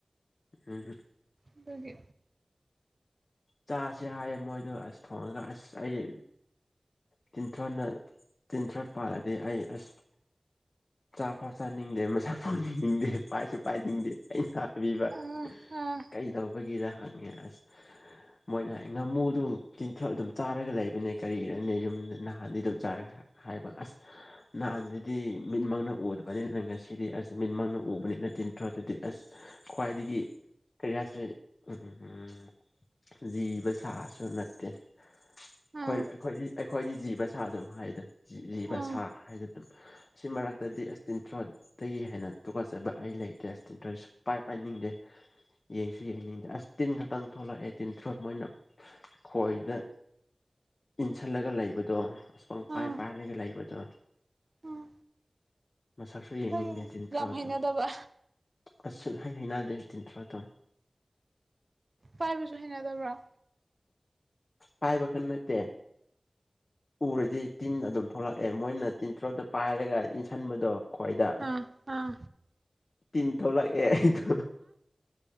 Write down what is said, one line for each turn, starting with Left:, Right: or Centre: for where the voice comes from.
Left: ꯎꯝ
Right: ꯑꯗꯨꯒꯤ
Left: ꯆꯥꯁꯦ ꯍꯥꯏꯌꯦ ꯃꯣꯏꯗꯣ ꯑꯁ ꯊꯣꯡꯉꯒ ꯑꯁ ꯑꯩ ꯇꯤꯊ꯭ꯔꯥꯅ ꯇꯤꯟꯊ꯭ꯔꯣ ꯄꯥꯜꯂꯗꯤ ꯑꯩ ꯑꯁ ꯆꯥꯛ ꯄꯥꯎ ꯆꯥꯅꯤꯡꯗꯦ ꯃꯁꯛ ꯐꯥꯎ ꯌꯦꯅꯤꯡꯗꯦ ꯄꯥꯏꯁꯨ ꯄꯥꯏꯅꯤꯡꯗꯦ ꯑꯩꯅ ꯁꯥꯕꯤꯕ
Right: ꯑꯥ ꯑꯥ
Left: ꯀꯩꯗꯧꯕꯒꯤꯔ ꯍꯪꯉꯦ ꯑꯁ
Right: <inaudible>
Left: ꯃꯣꯏꯅ ꯍꯥꯏ ꯉꯥꯃꯨꯗꯨꯝ ꯇꯤꯟꯊ ꯑꯗꯨꯝ ꯆꯥꯔꯒ ꯂꯩꯕꯅꯦ ꯀꯔꯤꯔꯅꯦ ꯌꯨꯝ ꯅꯍꯥꯟꯗꯤ ꯑꯗꯨꯝ ꯆꯥꯔꯒ ꯍꯥꯏꯔ ꯍꯥꯏꯕ ꯑꯁ ꯅꯍꯥꯟꯗꯨꯗꯤ ꯃꯤꯠꯃꯛꯅ ꯎꯗꯕꯅꯤꯅ ꯉꯁꯤꯗꯤ ꯑꯁ ꯆꯃꯤꯟꯃꯛꯅ ꯎꯕꯅꯤꯅ ꯇꯤꯟ ꯊꯔ ꯑꯗꯨꯗꯤ ꯑꯁ ꯈ꯭ꯋꯥꯏꯗꯒꯤ ꯀꯔꯤꯌꯥꯁꯨ ꯎꯝ ꯎꯝ ꯎꯝ ꯎꯝ ꯂꯤꯕ ꯁꯥꯁꯨ ꯅꯠꯇꯦ ꯑꯩꯈꯣꯏ
Right: ꯑꯥ
Left: ꯑꯩꯈꯣꯏꯗꯤ ꯑꯩꯈꯣꯏꯒꯤ ꯖꯤꯕ ꯁꯥ ꯑꯗꯨꯝ ꯍꯥꯏꯗ ꯖꯤꯕ
Right: ꯑꯥ
Left: ꯁꯥ ꯍꯥꯏꯅ ꯑꯗꯨꯝ ꯑꯁꯤ ꯃꯔꯛꯇꯗꯤ ꯑꯁ ꯇꯤꯟꯊ꯭ꯔꯣꯠꯇꯒꯤ ꯍꯦꯟꯅ ꯇꯨꯀꯠꯆꯕ ꯑꯩ ꯂꯩꯇꯦ ꯇꯤꯟꯊ꯭ꯔꯣꯛ ꯁꯨ ꯄꯥꯏ ꯄꯥꯏꯅꯤꯡꯗꯦ ꯌꯦꯡꯁꯨ ꯌꯦꯡꯅꯤꯡꯗꯦ ꯑꯁ ꯇꯤꯟ ꯈꯛꯇꯪ ꯊꯣꯛꯂꯛꯑꯦ ꯇꯤꯟꯊ꯭ꯔꯣꯛ ꯃꯣꯏꯅ ꯈꯣꯏꯗ ꯏꯟꯁꯤꯜꯂꯒ ꯂꯩꯕꯗꯣ ꯑꯁ ꯄꯪ
Right: ꯑꯥ
Left: ꯄꯥꯏ
Right: ꯑꯥ
Left: ꯄꯥꯏꯔꯒ ꯂꯩꯕꯗꯣ
Right: ꯑꯥ
Left: ꯃꯁꯛꯁꯨ ꯌꯦꯡꯅꯤꯡꯗꯦ
Right: ꯅꯪ
Left: ꯇꯤꯟꯊ꯭ꯔꯥꯗꯣ
Right: ꯌꯥꯝ ꯍꯩꯅꯗꯕ
Left: ꯑ ꯍꯩ ꯍꯩꯅꯗ ꯇꯤꯟꯊ꯭ꯔꯥ ꯇꯣ
Right: ꯄꯥꯏꯕꯁꯨ ꯍꯦꯟꯅꯗꯕ꯭ꯔꯥ
Left: ꯄꯥꯏꯕ ꯈꯟ ꯅꯠꯇꯦ ꯎꯔꯗꯤ ꯇꯤꯟ ꯑꯗꯨꯝ ꯊꯣꯛꯂꯛꯑꯦ ꯃꯣꯏꯅ ꯇꯤꯟꯊ꯭ꯔꯣꯗ ꯄꯥꯏꯔꯒ ꯏꯟꯁꯤꯟꯕꯗꯣ ꯈ꯭ꯋꯥꯣꯏꯗ
Right: ꯑꯥ ꯑꯥ
Left: ꯇꯤꯟ ꯊꯣꯛꯂꯛꯑꯦ ꯑꯩꯗꯣ